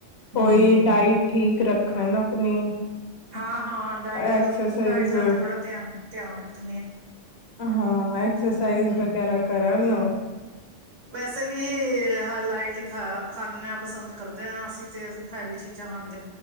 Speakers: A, on the right; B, on the left.
A: ਹਮ
B: ਕੋਈ ਡਾਇਟ ਠੀਕ ਰੱਖਣ ਆਪਣੀ
A: ਹਾਂ ਹਾਂ ਡਾਇਟ
B: ਐਕਸਰਸਾਈਜ਼
A: ਡਾਇਟ ਦਾ ਤੇ ਬੜਾ ਧਿਆਨ ਧਿਆਨ ਰੱਖ
B: ਹਾਂ ਐਕਸਰਸਾਈਜ਼
A: ਹਮ
B: ਵਗੈਰਾ ਕਰਨ ਨਾ
A: ਵੈਸੇ ਵੀ ਹੀ ਲਾਈਟੀ ਖਾ ਖਾਨਣਾ ਪਸੰਦ ਕਰਦੇ ਹਾਂ ਅਸੀਂ ਤੇ ਹੈਵ ਚੀਜ਼ਾਂ ਹਨ